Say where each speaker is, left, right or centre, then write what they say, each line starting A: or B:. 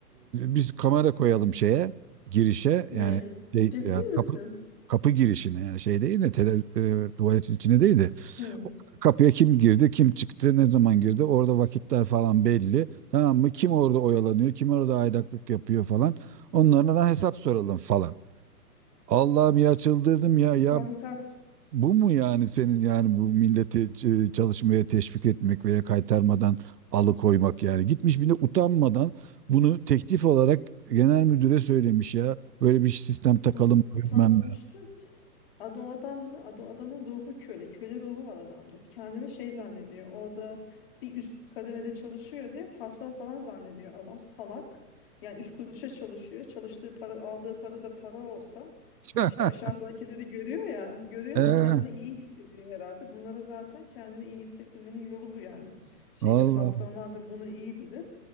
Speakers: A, on the right; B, on the left.
A: biz kamera koyalım şeye, girişe
B: Ne?
A: yani şey
B: Ciddi
A: yani
B: misin?
A: kapı kapı girişine yani şey değil de tele, e, tuvaletin içine değil de
B: Hmm.
A: Kapıya kim girdi, kim çıktı, ne zaman girdi? Orada vakitler falan belli. Tamam mı? Kim orada oyalanıyor, kim orada aydaklık yapıyor falan. Onlara da hesap soralım falan. Allah'ım ya çıldırdım ya. Ya
B: Ya bu pers
A: bu mu yani senin yani bu milleti ç- çalışmaya teşvik etmek veya kaytarmadan alıkoymak yani. Gitmiş bir de utanmadan bunu teklif olarak genel müdüre söylemiş ya. Böyle bir sistem takalım
B: Ut utanmamışlar
A: bilmem ne.
B: ki. Adam adamdı adam, adamın ruhu köle. Köle ruhu var adamda. Kendini şey zannediyor. Orada bir üst kademede çalışıyor diye patron falan zannediyor. Adam salak. Yani üç kuruşa çalışıyor. Çalıştığı para, aldığı para da para olsa
A: <laughs>
B: işte aşağısındakileri görüyor ya. Görünce
A: Ee,
B: kendini iyi hissediyor herhalde. Bunlara zaten kendini iyi hissettirmenin yolu bu yani. Şeyde
A: vallahi.
B: patronlar da bunu iyi bilir.